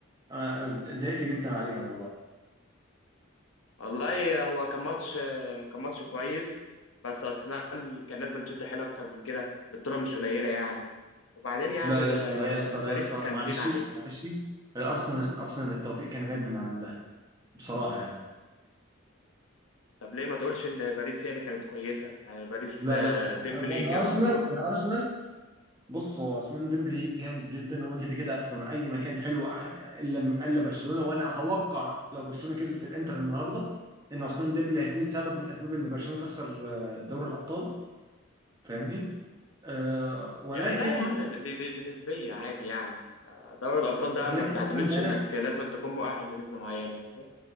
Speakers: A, on the right; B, on the left.
A: انا انا اتضايقت جدا عليها والله
B: والله هو كان ماتش آه، كان ماتش كويس بس ارسنال كان لازم تشد حيل اكتر من كده البطولة مش قليلة يعني وبعدين يعني
A: لا يا اسطى
B: آه،
A: لا يا اسطى
B: باريس
A: لا يا اسطى
B: كان
A: معلش
B: تقيل عليهم
A: معلش الارسنال الارسنال التوفيق كان غايب من عندها بصراحه يعني
B: طب ليه ما تقولش ان باريس هي اللي كانت كويسة يعني باريس
A: لا
B: آه،
A: يا اسطى
B: ديمبلي جاب
A: الارسنال
B: الجول
A: الارسنال بص هو عثمان ديمبلي جامد جدا وهو كده كده في اي مكان حلو أح... الا من- الا برشلونه وانا اتوقع لو برشلونه كسبت الانتر النهارده ان عثمان ديمبلي هيكون سبب من اسباب ان برشلونه تخسر آه، دوري الابطال فاهمني آه ولكن
B: يا لا يا عم دي, دي, دي نسبية عادي يعني آه، دوري الأبطال ده
A: ولكن
B: ما بتعتمدش
A: انا امبارح
B: إنك لازم تكون مؤهل بنسبة معينة صحيح؟